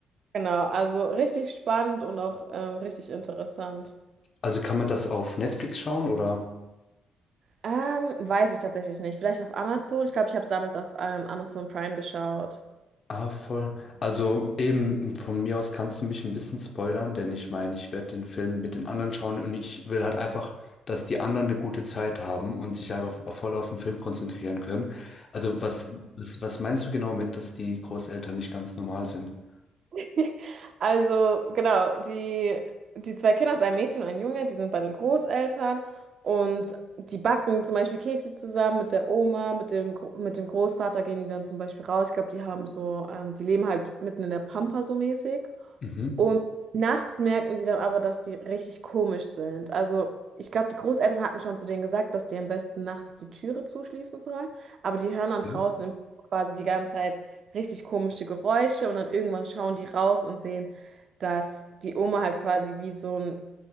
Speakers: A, on the right (about 55°); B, on the left (about 45°).
A: Genau, also richtig spannend und auch ähm, richtig interessant.
B: Also kann man das auf Netflix schauen oder?
A: Ähm, weiß ich tatsächlich nicht. Vielleicht auf Amazon. Ich glaube, ich habe es damals auf ähm, Amazon Prime geschaut.
B: Ah, voll. Also eben von mir aus kannst du mich ein bisschen spoilern, denn ich meine, ich werde den Film mit den anderen schauen und ich will halt einfach, dass die anderen eine gute Zeit haben und sich einfach auf- voll auf den Film konzentrieren können. Also was, was, was meinst du genau mit, dass die Großeltern nicht ganz normal sind?
A: <laughs> Also, genau, die, die zwei Kinder, ist ein Mädchen und ein Junge, die sind bei den Großeltern und die backen zum Beispiel Kekse zusammen mit der Oma, mit dem, Gro- mit dem Großvater gehen die dann zum Beispiel raus. Ich glaube, die haben so, ähm, die leben halt mitten in der Pampa so mäßig.
B: Mhm.
A: Und nachts merken die dann aber, dass die richtig komisch sind. Also ich glaube, die Großeltern hatten schon zu denen gesagt, dass die am besten nachts die Türe zuschließen sollen. Aber die hören dann
B: Okay.
A: draußen im Flur quasi die ganze Zeit richtig komische Geräusche und dann irgendwann schauen die raus und sehen, dass die Oma halt quasi wie so ein,